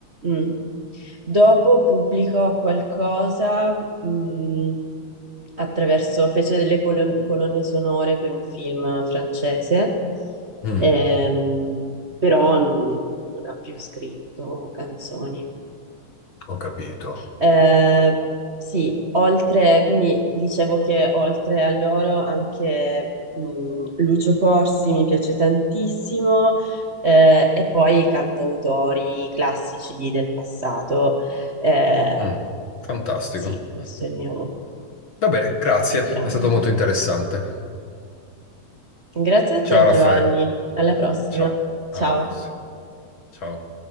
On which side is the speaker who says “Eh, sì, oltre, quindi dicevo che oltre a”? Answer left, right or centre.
Right